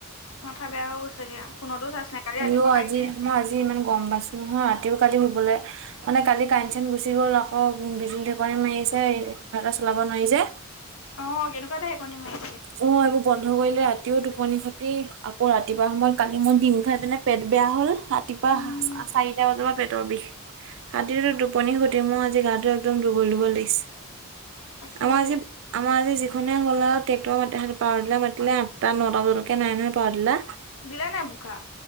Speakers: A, on the left (about 75°); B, on the right (about 60°).
A: মাথা বেয়া হৈ গৈছেগে ফোনতো চাৰ্জ নাই কালি
B: অও
A: ৰাতিপুৱা কাৰেণ্ট
B: আজি মই আজি ইমান গম পাইছো নহয় ৰাতিও কালি শুবলৈ মানে কালি কান চেন গুচি গ'ল আকৌ বি মাৰিছে কিবাৰ এটা চলাব নোৱাৰি যে
A: অ', কেনেকুৱাতেে কণ মই
B: অ', এইবোৰ বন্ধ কৰিলে ৰাতিও টোপনি খতি আকৌ ৰাতিপুৱা সময়ত কালি মোৰ দিন খাই পনে পেট বেয়া হ'ল ৰাতিপুৱা
A: উম
B: চাৰিটা বজাৰ পৰা পেটৰ বিষ হাতীটোতো টোপনিুধ তেমোৰ আজি গাটো একদম দুৰ্বল-দুৰ্বল লাগি
A: তাকেহে
B: আমাৰ আজি, আমাৰ আজি যিখনে হল আও। <unintelligible> পাৱাৰটিলা মাতিলে আঠটা নটা বজালকে নাই নহয় পাৱাৰটিলা।
A: দিলে নাই বুকা।